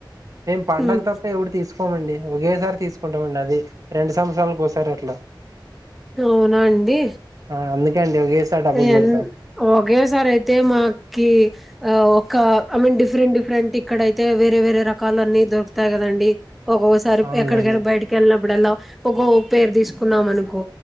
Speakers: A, on the right; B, in the centre.
A: మేం పండగ
B: ఉమ్,
A: తప్ప ఎప్పుడు తీసుకోమండి ఒకేసారి తీసుకుంటామండి అది రెండు సంవత్సరాల ఒకసారి అట్లా
B: అవునా అండి
A: ఆ అందుకే అండి ఒకేసారి డబ్బులు
B: ఎన్
A: పెడతాం
B: ఒకేసారి అయితే మా ఒకే ఒక ఐ మీన్ డిఫరెంట్ డిఫరెంట్ ఇక్కడైతే వేరే వేరే రకాల అన్ని దొరుకుతాయి కదండి ఒక్కొక్కసారి
A: అవునులేండి
B: ఎక్కడికైనా బయటకిళ్ళిన అప్పుడు ఇప్పుడల్లా ఒకో పేర్ తీసుకున్నాం అనుకో